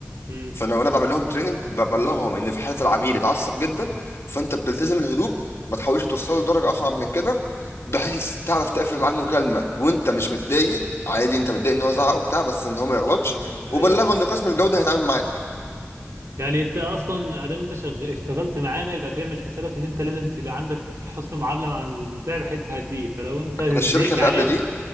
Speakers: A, on the right (about 85°); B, on the left (about 65°).
A: امم
B: فانا وانا بعمل لهم تريننج ببلغهم ان في حاله العميل اتعصب جدا فانت بتلتزم الهدوء ما تحاولش توصله لدرجه اصعب من كده بحيث تعرف تقفل معاه المكالمه وانت مش متضايق عادي انت متضايق ان هو زعق وبتاع بس ان هو ما يغلطش
A: امم
B: وبلغه
A: ايوه ايوه
B: ان قسم الجوده هيتعامل معاك
A: يعني انت اصلا ادام انت شغ... اشتغلت معانا يبقى تعمل حسابك ان انت لازم تبقى عندك حسن معامله مع البتاع بحيث تهديه فلو انت زهقت
B: انا الشركه اللي
A: عليه
B: قبل دي